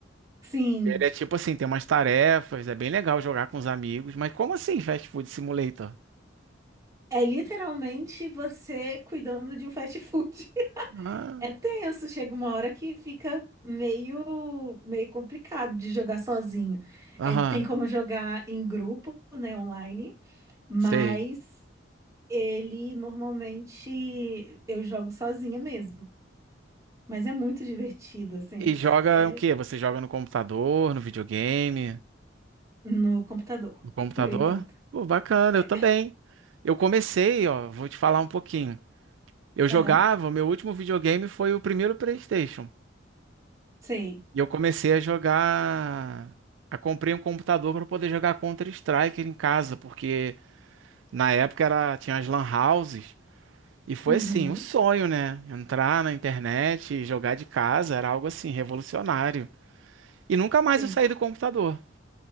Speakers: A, on the right; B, on the right.
A: sim.
B: Ele é tipo assim, tem umas tarefas, é bem legal jogar com os amigos, mas como assim Fast Food Simulator?
A: É literalmente você cuidando de um fast food. <laughs>
B: Ah,
A: É tenso, chega uma hora que fica meio, meio complicado de jogar sozinho.
B: aham,
A: É, tem como jogar em grupo, né, online, mas
B: sei.
A: ele normalmente eu jogo sozinha mesmo. Mas é muito divertido, assim,
B: E joga
A: é-
B: o quê?
A: é
B: Você joga no computador, no videogame?
A: no computador,
B: No computador?
A: por enquanto.
B: Pô, bacana,
A: É.
B: eu também. Eu comecei, ó, vou te falar um pouquinho. Eu
A: Aham,
B: jogava, meu último videogame foi o primeiro PlayStation.
A: sei.
B: E eu comecei a jogar. A comprei um computador para poder jogar Counter-Strike em casa, porque na época era... tinha as lan houses. E foi
A: Uhum,
B: assim, o sonho, né? Entrar na internet e jogar de casa era algo assim, revolucionário. E nunca mais
A: sim.
B: eu saí do computador.